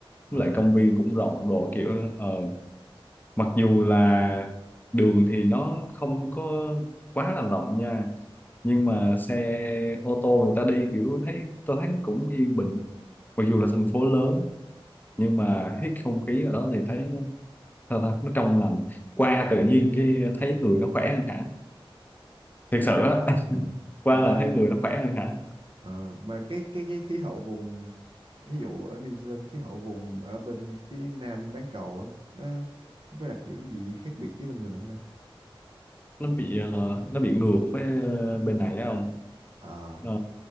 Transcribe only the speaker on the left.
Với lại công viên cũng rộng đồ kiểu đó. ờ, mặc dù là đường thì nó không có quá là rộng nha nhưng
mà xe ô tô người ta đi kiểu thấy tôi thấy nó cũng yên bình mặc dù là thành phố lớn nhưng
mà hít không khí ở đó thì thấy nó, sao ta, nó trong lành qua tự nhiên cái thấy người nó khỏe hơn hẳn thiệt sự á
<laughs> qua
là thấy người nó khỏe hơn hẳn
nó bị ờ, nó bị ngược với ờ, bên này á không
Ờ,